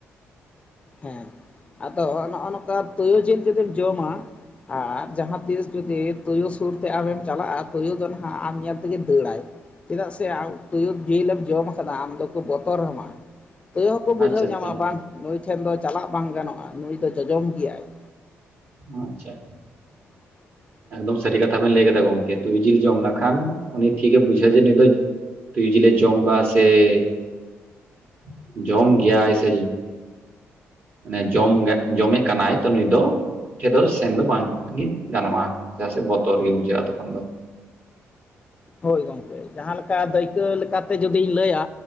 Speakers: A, on the left (about 25°); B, on the right (about 50°).
A: ᱦᱮᱸ ᱟᱫᱚ ᱱᱚᱜᱼᱚ ᱱᱚᱝᱠᱟ ᱛᱩᱭᱩ ᱡᱤᱞ ᱡᱩᱫᱤᱢ ᱡᱚᱢᱟ ᱟᱨ ᱡᱟᱦᱟᱸ ᱛᱤᱥ ᱡᱩᱫᱤ ᱛᱩᱭᱩ ᱥᱩᱨ ᱛᱮ ᱟᱢᱮᱢ ᱪᱟᱞᱟᱜᱼᱟ ᱛᱩᱭᱩ ᱫᱚ ᱱᱟᱦᱟᱜ ᱟᱢ ᱧᱮᱞ ᱛᱮᱜᱮᱭ ᱫᱟᱹᱲᱟᱭ ᱾ ᱪᱮᱫᱟᱜ ᱥᱮ ᱟᱢ ᱛᱩᱭᱩ ᱡᱤᱞ ᱮᱢ ᱡᱚᱢ ᱟᱠᱟᱫᱟ ᱟᱢ ᱫᱚᱠᱚ ᱵᱚᱛᱚᱨ ᱟᱢᱟ ᱾ ᱛᱩᱭᱩ ᱦᱚᱸᱠᱚ ᱵᱩᱡᱷᱟᱹᱣ
B: ᱟᱪᱪᱷᱟ
A: ᱧᱟᱢᱟ
B: ᱟᱪᱪᱷᱟ
A: ᱵᱟᱝ ᱱᱩᱭ ᱴᱷᱮᱱ ᱫᱚ ᱪᱟᱞᱟᱜ ᱵᱟᱝ ᱜᱟᱱᱚᱜᱼᱟ ᱱᱩᱭ ᱫᱚ ᱡᱚᱡᱚᱢ ᱜᱮᱭᱟᱭ ᱾
B: ᱟᱪᱪᱷᱟ ᱾
A: <inaudible>
B: ᱮᱠᱫᱚᱢ ᱥᱟᱹᱨᱤ ᱠᱟᱛᱷᱟ ᱵᱮᱱ ᱞᱟᱹᱭ ᱠᱮᱫᱟ ᱜᱚᱝᱠᱮ ᱛᱩᱭᱩ ᱡᱤᱞ ᱡᱚᱢ ᱞᱮᱠᱷᱟᱱ ᱩᱱᱤ ᱴᱷᱤᱠᱮ ᱵᱩᱡᱷᱟᱹᱣ ᱡᱮ ᱱᱩᱭ ᱫᱚ ᱛᱩᱭᱩ ᱡᱤᱞᱮ ᱡᱚᱢ ᱮᱫᱟ ᱥᱮ <inaudible> ᱡᱚᱢ ᱜᱮᱭᱟᱭ ᱥᱮ ᱢᱟᱱᱮ ᱡᱚᱢ ᱡᱚᱢᱮᱫ ᱠᱟᱱᱟᱭ ᱛᱚ ᱱᱩᱭ ᱫᱚ ᱴᱷᱮᱱ ᱫᱚ ᱥᱮᱱ ᱫᱚ ᱵᱟᱝᱜᱮ ᱜᱟᱱᱚᱜᱼᱟ ᱪᱮᱫᱟᱜ ᱥᱮ ᱵᱚᱛᱚᱨ ᱜᱮ ᱵᱩᱡᱷᱟᱹᱜᱼᱟ ᱛᱚᱠᱷᱚᱱ ᱫᱚ ᱾
A: ᱦᱳᱭ ᱜᱚᱝᱠᱮ ᱡᱟᱦᱟᱸ ᱞᱮᱠᱟ ᱫᱟᱹᱭᱠᱟᱹ ᱞᱮᱠᱟᱛᱮ ᱡᱩᱫᱤᱧ ᱞᱟᱹᱭᱟ